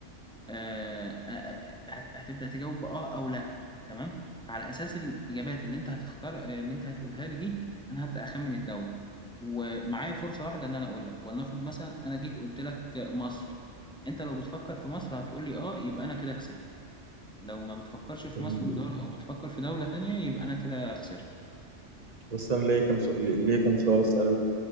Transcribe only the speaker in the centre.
آه، آه، هت- هتبدأ تجاوب بآه أو لأ تمام فعلى أساس الإجابات اللي أنت هتختار آه، اللي أنت هتقولها لي دي أنا هبدأ أخمن الدولة ومعايا فرصة واحدة إن أنا أقول لك ولنفرض مثلا أنا جيت قلت لك مصر أنت لو بتفكر في مصر هتقول لي آه يبقى أنا كده كسبت لو ما بتفكرش في
مصر وبتدور- وبتفكر في دولة تانية يبقى أنا كده خسرت